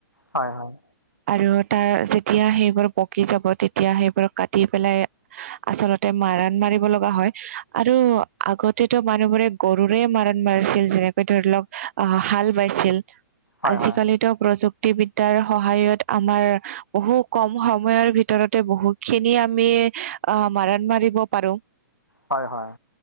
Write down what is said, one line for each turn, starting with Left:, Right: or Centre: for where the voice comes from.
Left: হয় হয়
Right: আৰু তাৰ যেতিয়া সেইবোৰ পকি যাব তেতিয়া সেইবোৰ কাটি পেলাই- আচলতে মাৰণ মাৰিব লগা হয় আৰু- আগতেত মানুহবোৰে গৰুৰে মাৰণ মাৰিছিল যেনেকৈ ধৰি লওঁক আহ হাল বাইছিল।
Left: হয়
Right: আজিকালিত
Left: হয়
Right: প্ৰযুক্ত মুুক্তিবিদ্যাৰ সহায়ত আমাৰ বহু কম সময়ৰ ভিতৰতে বহু খিনি আমি আহ মাৰণ মাৰিব পাৰোঁ।
Left: হয় হয়।